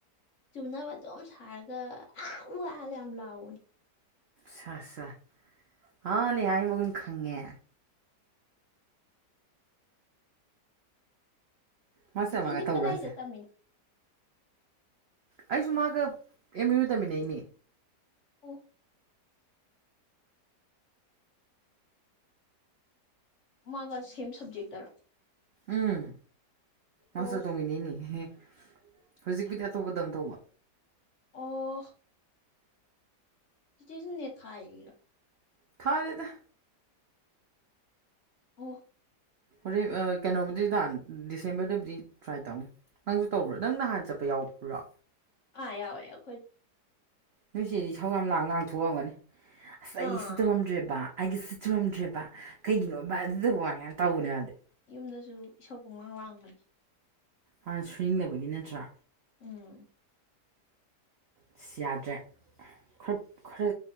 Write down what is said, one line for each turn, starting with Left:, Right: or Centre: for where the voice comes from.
Left: ꯆꯨꯝꯅꯕ ꯑꯗꯨꯝ ꯁꯥꯔꯒ ꯑꯥ ꯎꯑ ꯌꯥꯝ ꯂꯥꯎꯕꯅꯤ
Right: ꯁꯥꯁꯥ ꯑꯥ ꯅꯦꯌꯥꯏ ꯃꯒꯨꯟ ꯈꯪꯉꯦ ꯃꯥꯁꯇꯔ
Left: ꯆꯤꯆꯦꯗꯤ
Right: ꯃꯥꯒ ꯇꯧꯕ꯭ꯔꯥ
Left: ꯀꯗꯥꯏꯗ
Right: ꯍꯥꯏꯁꯦ
Left: ꯇꯝꯃꯤꯅꯣ
Right: ꯑꯩꯁꯨ ꯃꯥꯒ ꯑꯦꯝ ꯌꯨ ꯇꯝꯃꯤꯟꯅꯩꯅꯦ
Left: ꯑꯣ ꯃꯥꯒ ꯁꯦꯝ ꯁꯕꯖꯦꯛꯇꯔꯣ
Right: ꯎꯝ
Left: ꯑꯣ
Right: ꯃꯥꯁꯇꯔ ꯇꯩꯃꯤꯅꯩꯅꯦ ꯑꯦꯍꯦ ꯍꯧꯖꯤꯛꯄꯨꯗꯤ ꯑꯇꯣꯞꯄꯗ ꯑꯝ ꯇꯧꯕ
Left: ꯑꯣ ꯆꯤꯆꯦꯖꯨ ꯅꯦꯠ ꯊꯥꯏꯌꯤ ꯔꯣ
Right: ꯊꯥꯗꯦꯗ
Left: ꯑꯣ
Right: ꯍꯣꯔꯦꯞ ꯑ ꯀꯩꯅꯣꯕꯨꯗꯤ ꯊ ꯗꯤꯁꯦꯝꯕꯔꯗꯕꯨꯗꯤ ꯇ꯭ꯔꯥꯏ ꯇꯧꯅꯤ ꯅꯪꯁꯨ ꯇꯧꯕ꯭ꯔꯣ ꯅꯪ ꯅꯍꯥꯟ ꯆꯠꯄ ꯌꯥꯎꯕ꯭ꯔꯣ
Left: ꯑ ꯌꯥꯎꯌꯦ ꯑꯈꯣꯏ
Right: ꯅꯣꯏꯆꯦꯗꯤ ꯢꯁꯧ ꯌꯥꯝ ꯂꯥꯡ ꯂꯥꯡ ꯊꯣꯛꯑꯝꯒꯅꯤ ꯑꯁ ꯑꯩ
Left: ꯑꯥ
Right: ꯁꯤ ꯇꯧꯔꯝꯗ꯭ꯔꯦꯕ ꯑꯩꯒꯤ ꯁꯤꯠ ꯇꯧꯔꯝꯗ꯭ꯔꯦꯕ ꯀꯩꯒꯤꯅꯣꯕ ꯑꯗꯨ ꯋꯥꯏꯌꯝ ꯇꯧꯕꯅꯦ ꯃꯗꯤ
Left: ꯌꯨꯝꯗꯁꯨ ꯏꯁꯧ ꯄꯨꯡꯂꯥꯡ ꯂꯥꯡꯕꯅꯦ
Right: ꯃꯥꯅ ꯁꯨꯅꯤꯡꯗꯕꯒꯤ ꯅꯠꯇ꯭ꯔꯥ
Left: ꯎꯝ
Right: ꯑꯁ ꯌꯥꯗ꯭ꯔꯦ ꯈꯞ ꯈꯔ